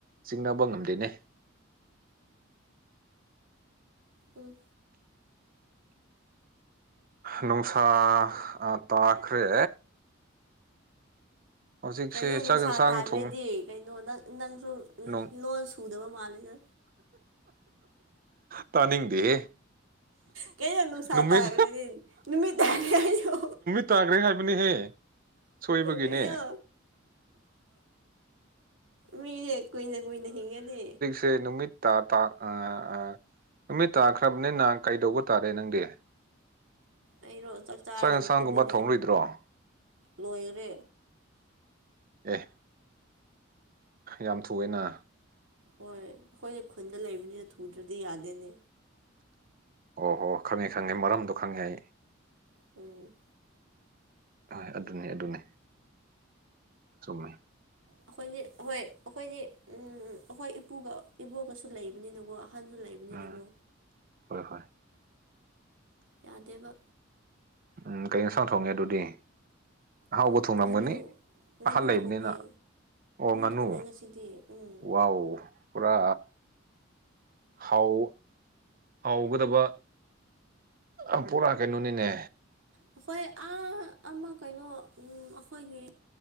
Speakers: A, on the right (about 45°); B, on the right (about 70°).
A: ꯆꯤꯡꯅꯕ ꯉꯝꯗꯦꯅꯦ
B: ꯎꯝ
A: ꯅꯨꯡꯁꯥ ꯑꯥ ꯇꯥꯈ꯭ꯔꯦ ꯍꯧꯖꯤꯛꯁꯦ
B: ꯀꯩꯅꯣ ꯅꯨꯡꯁꯥ
A: ꯆꯥꯛ ꯌꯦꯟꯁꯥꯡ
B: ꯇꯥꯒ꯭ꯔꯦꯗꯤ
A: ꯊꯣꯡ
B: ꯀꯩꯅꯣ ꯅꯪ ꯅꯪꯁꯨ
A: ꯅꯣꯡ
B: ꯂꯣꯟ ꯄꯨꯗꯕ ꯃꯥꯂꯦꯗ
A: ꯇꯥꯅꯤꯡꯗꯦꯍꯦ
B: ꯀꯩꯩꯅꯣ ꯅꯨꯡꯁꯥ
A: ꯅꯨꯃꯤꯠ
B: ꯇꯥꯒꯔꯦꯗꯤ ꯅꯨꯃꯤꯠ ꯇꯥꯔꯦ ꯍꯥꯏꯌꯣ
A: ꯇꯥꯒ꯭ꯔꯦ ꯍꯥꯏꯕꯅꯤꯍꯦ ꯁꯣꯏꯕꯒꯤꯅꯦ
B: ꯏ ꯀꯩꯅꯣ ꯃꯤꯌꯦ ꯀꯨꯏꯅ ꯀꯨꯏꯅ ꯍꯤꯡꯉꯗꯤ
A: ꯇꯦ ꯅꯨꯃꯤꯠ ꯇꯥ ꯇꯥ ꯑꯥ ꯑꯥ ꯅꯨꯃꯤꯠ ꯇꯥꯈ꯭ꯔꯥꯕꯅꯤꯅ ꯀꯩꯗꯧꯕ ꯇꯥꯔꯦ ꯅꯪꯗꯤ
B: ꯑꯩꯔꯣ ꯆꯥꯛ ꯆꯥꯔꯒ
A: ꯌꯦꯟꯁꯥꯡꯒꯨꯝꯕ
B: ꯑꯃꯨꯛ ꯇꯨꯝꯃꯅꯤ
A: ꯊꯣꯡꯔꯣꯏꯗ꯭ꯔꯣ ꯑꯦ
B: ꯂꯣꯏꯔꯦ
A: ꯑꯦ ꯌꯥꯝ ꯊꯨꯋꯦꯅ
B: ꯍꯣꯏ ꯑꯈꯣꯏꯗꯤ ꯈꯨꯟꯗ ꯂꯩꯕꯅꯤꯅ ꯊꯨꯗ꯭ꯔꯥꯗꯤ ꯌꯥꯗꯦꯅꯦ
A: ꯑꯣ ꯍꯣ ꯈꯪꯉꯦ ꯈꯪꯉꯦ ꯃꯔꯝꯗꯣ ꯈꯪꯉꯦ ꯑꯩ
B: ꯎꯝ
A: ꯑꯍꯣꯏ ꯑꯗꯨꯅꯦ ꯑꯗꯨꯅꯦ ꯆꯨꯝꯃꯤ
B: ꯑꯈꯣꯏꯗꯤ ꯍꯣꯏ ꯑꯈꯣꯏꯗꯤ ꯎꯝ ꯑꯈꯣꯏ ꯏꯄꯨꯒ ꯏꯕꯣꯒꯁꯨ ꯂꯩꯕꯅꯤꯅꯀꯣ ꯑꯍꯟꯖꯨ ꯂꯩ ꯕꯅꯤꯅꯒꯣ
A: ꯎꯝ ꯍꯣꯏ ꯍꯣꯏ
B: ꯌꯥꯗꯦꯕ
A: ꯎꯝ ꯀꯩ ꯑꯦꯟꯁꯥꯡ ꯊꯣꯡꯉꯦ ꯑꯗꯨꯗꯤ ꯑꯍꯥꯎꯕ
B: ꯎꯝ
A: ꯊꯣꯡꯂꯝꯒꯥꯅꯤ
B: ꯉꯥꯅꯨ ꯉꯥꯅꯨ
A: ꯑꯍꯜ ꯂꯩꯕꯅꯤꯅ
B: ꯊꯣꯡꯉꯦ
A: ꯑꯣ ꯉꯥꯅꯨ
B: ꯊꯣꯡꯉꯦ ꯉꯁꯤꯗꯤ ꯎꯝ
A: ꯋꯥꯎ ꯄꯨꯔꯥ ꯍꯥꯎ ꯍꯥꯎꯒꯗꯕ ꯑ ꯄꯣꯔꯥ ꯀꯩꯅꯣꯅꯤꯅꯦ
B: ꯑꯩꯈꯣꯏ ꯑꯥ ꯑꯃ ꯀꯩꯅꯣ ꯑꯩꯈꯣꯏꯒꯤ